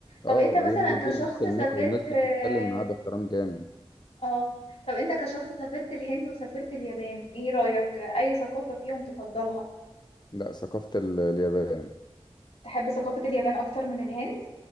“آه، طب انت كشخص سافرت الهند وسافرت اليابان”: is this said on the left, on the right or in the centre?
Left